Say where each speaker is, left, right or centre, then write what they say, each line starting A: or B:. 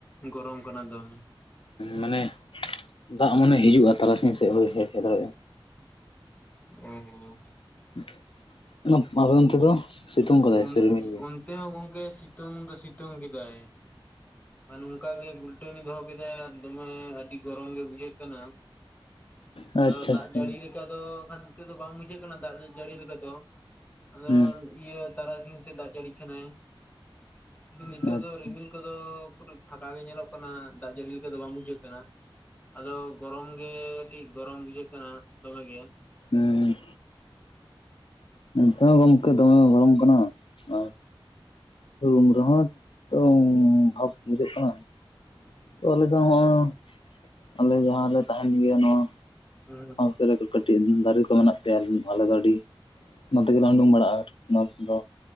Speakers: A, on the left (about 15°); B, on the left (about 70°).
A: ᱜᱚᱨᱚᱢ ᱠᱟᱱᱟ ᱫᱚᱢᱮ
B: ᱢᱟᱱᱮ ᱫᱟᱜ ᱢᱟᱱᱮ ᱦᱤᱡᱩᱜᱼᱟ ᱛᱟᱨᱟᱥᱤᱧ ᱥᱮᱫ ᱦᱚᱸᱭ ᱦᱮᱡ ᱫᱟᱲᱮᱭᱟᱜᱼᱟ
A: ᱳ
B: <unintelligible> ᱟᱯᱮ ᱚᱱᱛᱮ ᱫᱚ ᱥᱤᱛᱩᱝ ᱠᱟᱫᱟᱭ
A: ᱚᱱ
B: ᱥᱮ ᱨᱤᱢᱤᱞ ᱜᱮ
A: ᱚᱱᱛᱮ ᱦᱚᱸ ᱜᱚᱝᱠᱮ ᱥᱤᱛᱩᱝ ᱫᱚ ᱥᱤᱛᱩᱝ ᱠᱮᱫᱟᱭ᱾ ᱟᱨ ᱱᱚᱝᱠᱟ ᱜᱮ ᱜᱞᱴᱟᱹᱱᱤ ᱫᱚᱦᱚ ᱠᱮᱫᱟ ᱫᱚᱢᱮ ᱟᱹᱰᱤ ᱜᱚᱨᱚᱢ ᱜᱮ ᱵᱩᱡᱷᱟᱹᱜ ᱠᱟᱱᱟ᱾
B: ᱟᱪᱪᱷᱟ
A: ᱟᱫᱚ ᱫᱟᱜ
B: ᱟᱪᱪᱷᱟ
A: ᱡᱟᱹᱲᱤ ᱞᱮᱠᱟ ᱫᱚ ᱠᱷᱟᱱ ᱱᱤᱛᱚᱜ ᱫᱚ ᱵᱟᱝ ᱵᱩᱡᱷᱟᱹᱜ ᱠᱟᱱᱟ ᱫᱟᱜ ᱡᱟᱹᱲᱤ ᱞᱮᱠᱟ ᱫᱚ, ᱟᱫᱚ
B: ᱦᱮᱸ
A: ᱤᱭᱟᱹ ᱛᱟᱨᱟ ᱥᱤᱧ ᱥᱮᱫ ᱫᱟᱜ ᱡᱟᱲᱤ ᱠᱷᱟᱱᱮᱭ, ᱟᱫᱚ ᱱᱤᱛᱳᱜ
B: ᱟᱪᱪᱷᱟ
A: ᱫᱚ ᱨᱤᱢᱤᱞ ᱠᱚ ᱫᱚ ᱯᱩᱨᱟᱹ ᱯᱷᱟᱠᱟ ᱜᱮ ᱧᱮᱞᱚᱜ ᱠᱟᱱᱟ ᱫᱟᱜ ᱡᱟᱹᱲᱤ ᱞᱮᱠᱟ ᱫᱚ ᱵᱟᱝ ᱵᱩᱡᱷᱟᱹᱜ ᱠᱟᱱᱟ᱾ ᱟᱫᱚ ᱜᱚᱨᱚᱢ ᱜᱮ ᱴᱤᱡ ᱜᱚᱨᱚᱢ ᱵᱩᱡᱷᱟᱹᱜ ᱠᱟᱱᱟ ᱫᱚᱢᱮ ᱜᱮ᱾
B: ᱦᱩᱸ ᱱᱚᱛᱮ ᱦᱚᱸ ᱜᱚᱢᱠᱮ ᱫᱚᱢᱮ ᱜᱚᱨᱚᱢ ᱠᱟᱱᱟ ᱟᱨ ᱨᱩᱢ ᱨᱮᱦᱚᱸ ᱛᱚ ᱵᱷᱟᱯ ᱵᱩᱡᱷᱟᱹᱜ ᱠᱟᱱᱟ᱾ ᱛᱚ ᱟᱞᱮ ᱫᱚ ᱦᱚᱸᱜ-ᱚ ᱟᱞᱮ ᱡᱟᱦᱟᱸ ᱞᱮ ᱛᱟᱦᱮᱱ ᱜᱮᱭᱟ ᱱᱚᱣᱟ
A: ᱦᱩᱸ
B: ᱪᱮᱞᱮ ᱠᱚ ᱠᱟᱹᱴᱤᱡ ᱫᱟᱨᱮ ᱠᱚ ᱢᱮᱱᱟᱜ ᱛᱮᱞ ᱟᱞᱮ ᱫᱚ ᱟᱹᱰᱤ ᱚᱱᱟ ᱛᱮᱜᱮᱞᱮ ᱩᱰᱩᱝ ᱵᱟᱲᱟᱜᱼᱟ <unintelligible> ᱚᱱᱟ ᱫᱚ